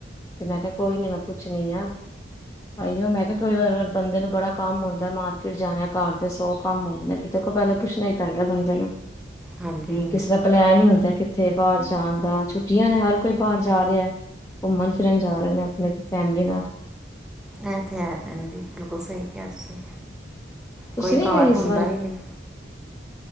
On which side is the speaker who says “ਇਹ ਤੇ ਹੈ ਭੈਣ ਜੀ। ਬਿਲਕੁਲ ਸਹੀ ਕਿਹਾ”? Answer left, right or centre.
Centre